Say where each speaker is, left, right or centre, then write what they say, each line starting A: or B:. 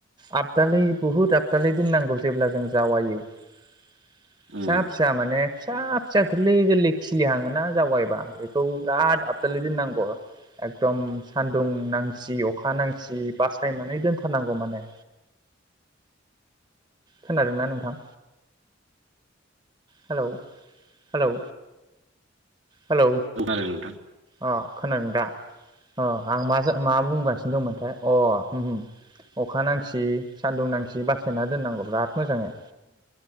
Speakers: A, on the right; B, on the right.
A: आबदालै बुहुद आबदालै दोननांगौ जेब्ला जों जावायो फिसा
B: उम
A: फिसा माने फिसा फिसा गोरलै गोरलै खि लि हाङोना जावायबा बेखौ बिराद आबदालि दोननांगौ एकदम सानदुं नांसि अखा नांसि बासायनानै दोनथारनांगौ माने खोनादोंना नोंथां? हेलौ हेलौ हेलौ
B: औ खोनादों नोंथां
A: अ खोनादों दा अ आं मा जा मा बुंगासिनो दंमोनथाय अ अखा नांसि सान्दुं नांसि बासायना दोननांगौ बिराद मोजाङै